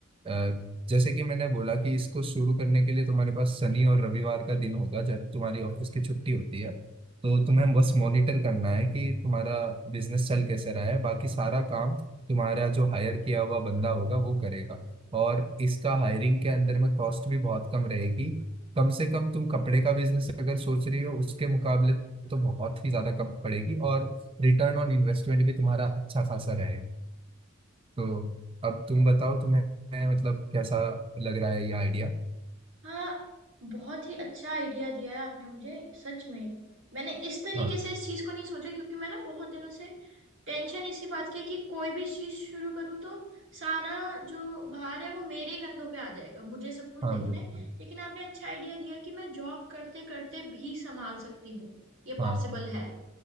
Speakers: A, on the right; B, on the right.
A: अ, जैसे कि मैंने बोला कि इसको शुरू करने के लिए तुम्हारे पास शनि और रविवार का दिन होगा जब तुम्हारी ऑफिस की छुट्टी होती है तो तुम्हें बस मॉनिटर करना है कि तुम्हारा बिजनेस चल कैसे रहा है बाकी सारा काम तुम्हारा जो हायर किया हुआ बंदा होगा वो करेगा और इसका हायरिंग के अंदर में कॉस्ट भी बहुत कम रहेगी कम से कम तुम कपड़े का बिजनेस अगर सोच रही हो उसके मुकाबले तो बहुत ही ज्यादा कम पड़ेगी और रिटर्न ऑन इन्वेस्टमेंट भी तुम्हारा अच्छा खासा रहेगा तो अब तुम बताओ तुम्हें मतलब कैसा लग रहा है ये आइडिया
B: हाँ बहुत ही अच्छा आइडिया दिया है आपने मुझे सच में मैंने इस तरीके
A: हाँ
B: से इस चीज को नहीं सोचा क्योंकि मैं ना बहुत दिनों से टेंशन इसी बात की है कि कोई भी चीज शुरू करूँ तो सारा जो भार है वो मेरे कंधों पे आ जाएगा मुझे सब कुछ
A: हाँ
B: देखना
A: बिल्कुल
B: है लेकिन आपने अच्छा आइडिया दिया है कि मैं जॉब करते करते भी संभाल सकती हूँ ये
A: हाँ
B: पॉसिबल है